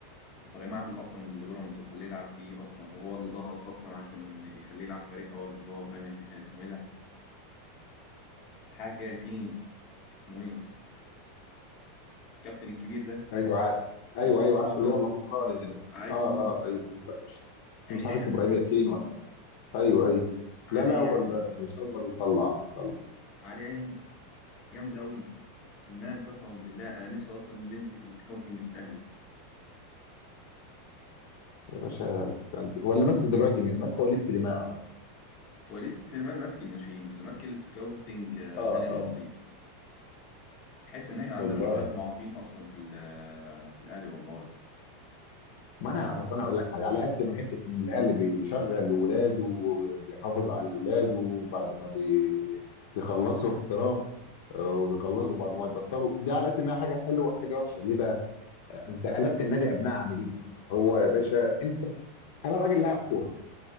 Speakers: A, on the left; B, on the left.
A: ابراهيم عادل اصلا اللي بيراميدز وخليه يلعب فيه اصلا وهو اللي ضغط اصلا عشان يخليه يلعب فريق اول اللي هو ابراهيم ياسين آه، اسمه ايه ده حاجه ياسين اسمه ايه الكابتن الكبير ده
B: ايوه عارف ايوه
A: اللي هو الاسمر
B: ايوه عارف
A: ده
B: اللي هو الاسمراني ده
A: عليك
B: اه
A: نور
B: اه ايوه بس مش بس
A: عينيه
B: مش عارف
A: حلو
B: اسمه ابراهيم ياسين ولا إيه. ايوه ايوه
A: عليه
B: لا لا هو ال- ان شاء الله بيطلع بيطلع
A: عليه عين جامده قوي فنان قسما بالله انا نفسي اصلا اللي يمسك السكاوتنج في الاهلي
B: يا باشا استنتي هو اللي ماسك دلوقتي مين ماسك وليد سليمان اعتقد
A: وليد سليمان ماسك الناشئين اللي ماسك السكاوتنج آه،
B: اه
A: هاني رمزي
B: اه
A: تحس ان احنا عندنا
B: والله
A: شويه معاقين اصلا في ال- آه، في الاهلي والله
B: ما انا اصل انا اقول لك حاجه على قد ما حته ان الاهل بيشغل ولاده وبيحافظ على ولاده بعد ما بي... بيخلصوا احتراف آه، وبيخلصوا وبعد ما يبطلوا دي على قد ما هي حاجه حلوه حاجه وحشه ليه بقى انت قلبت النادي ابناء عاملين هو
A: حصل
B: يا باشا انت انا راجل لاعب كوره